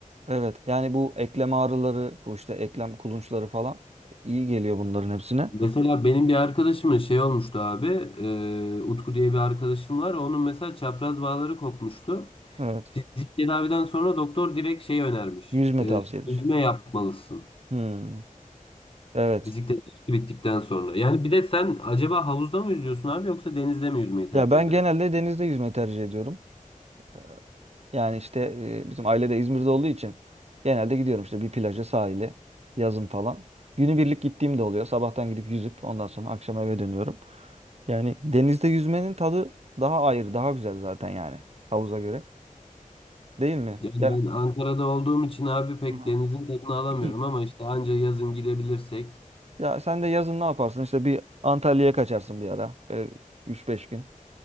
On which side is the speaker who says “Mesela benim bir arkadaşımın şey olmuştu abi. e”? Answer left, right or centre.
Left